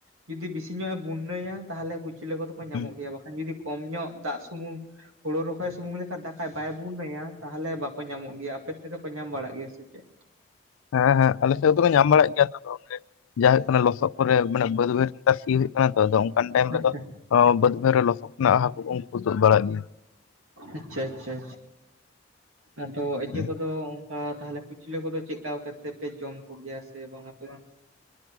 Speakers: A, on the right; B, on the left.
A: ᱡᱩᱫᱤ ᱵᱮᱥᱤ ᱧᱚᱜ ᱮ ᱵᱳᱱᱱᱟᱹᱭᱟ ᱛᱟᱦᱚᱞᱮ ᱠᱩᱪᱞᱟᱹ ᱠᱚᱫᱚ ᱵᱟᱠᱚ ᱧᱟᱢᱚᱜ
B: ᱦᱩᱸ
A: ᱜᱮᱭᱟ ᱵᱟᱠᱷᱟᱱ ᱡᱩᱫᱤ ᱠᱚᱢ ᱧᱚᱜ ᱫᱟᱜ ᱥᱩᱢᱩᱝ ᱦᱩᱲᱩ ᱨᱚᱦᱚᱭ ᱥᱩᱢᱩᱝ ᱫᱟᱹᱜ ᱠᱷᱟᱭ ᱵᱟᱹᱭ ᱵᱩᱱᱲᱟᱹᱭᱟ ᱛᱟᱦᱚᱞᱮ ᱵᱟᱠᱚ ᱧᱟᱢᱚᱜ ᱜᱮᱭᱟ, ᱟᱯᱮ ᱥᱮᱫ ᱫᱚ ᱠᱚ ᱧᱟᱢ ᱵᱟᱲᱟᱜ ᱜᱮᱭᱟ ᱥᱮ? ᱪᱮᱫ?
B: ᱦᱮᱸ ᱦᱮᱸ ᱟᱞᱮ ᱥᱮᱫ ᱨᱮᱫᱚ ᱠᱚ ᱧᱟᱢ ᱵᱟᱲᱟᱜ ᱜᱮᱭᱟ ᱛᱚᱰᱮ ᱾ ᱡᱟ ᱦᱩᱭᱩᱜ ᱠᱟᱱᱟ ᱞᱚᱥᱚᱫ ᱠᱚᱨᱮ ᱢᱟᱱᱮ ᱵᱟᱹᱫ ᱵᱟᱹᱭᱦᱟᱹᱲ ᱠᱚᱨᱮ ᱥᱤ ᱦᱩᱭᱩᱜ ᱠᱟᱱᱟ ᱛᱚ ᱚᱱᱠᱟᱱ ᱴᱟᱭᱤᱢ
A: ᱟᱪᱪᱷᱟ
B: ᱨᱮᱫᱚ ᱵᱟᱹᱫᱽ ᱵᱟᱹᱭᱦᱟᱹᱲ ᱨᱮ ᱞᱚᱥᱚᱫ ᱠᱷᱚᱱᱟᱜ ᱦᱚᱸ ᱦᱟᱹᱠᱩ ᱩᱱᱠᱩ ᱛᱩᱫ ᱵᱟᱲᱟᱜ ᱜᱮᱭᱟ᱾
A: ᱟᱪᱪᱷᱟ ᱟᱪᱪᱷᱟ ᱟᱫᱚ ᱤᱭᱟᱹ
B: ᱦᱩᱸ,
A: ᱠᱚᱫᱚ ᱚᱱᱠᱟ ᱛᱟᱦᱚᱞᱮ ᱠᱩᱪᱞᱟᱹ ᱠᱚᱫᱚ ᱪᱮᱫ ᱞᱮᱠᱟ ᱠᱟᱛᱮ ᱯᱮ ᱡᱚᱢ ᱠᱚᱜᱮᱭᱟ ᱥᱮ ᱵᱟᱝ-ᱟ ᱟᱯᱮ ᱫᱚ